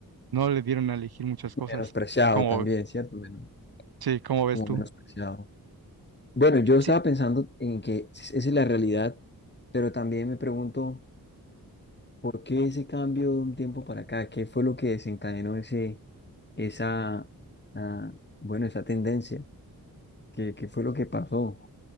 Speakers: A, on the right; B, on the left.
A: no le dieron a elegir muchas cosas.
B: Menospreciado
A: Como,
B: también, ¿cierto? Menos-
A: sí, ¿cómo ves
B: como
A: tú?
B: menospreciado. Bueno, yo estaba
A: Sí,
B: pensando en que esa es la realidad, pero también me pregunto, ¿por qué ese cambio de un tiempo para acá? ¿Qué fue lo que desencadenó ese, esa, ah, bueno, esa tendencia? ¿Qué, qué fue lo que pasó?